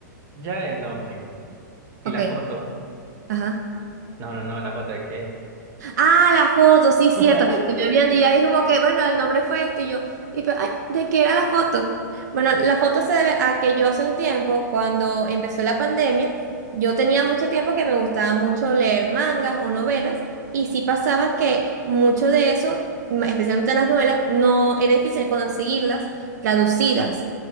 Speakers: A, on the right (about 25°); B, on the right (about 65°).
A: ya el nombre y
B: ok,
A: la foto.
B: ajá.
A: No, no, no, la foto de qué es.
B: Ah, la foto, sí,
A: <laughs>
B: cierto. Se me olvidan y yo ahí como que, bueno, el nombre fue este y yo, y pues, ay, ¿de qué era la foto? Bueno, la foto se debe a que yo hace un tiempo, cuando empezó la pandemia, yo tenía mucho tiempo que me gustaba mucho leer mangas o novelas y sí pasaba que mucho de eso, ma- especialmente las novelas, no era difícil conseguirlas traducidas.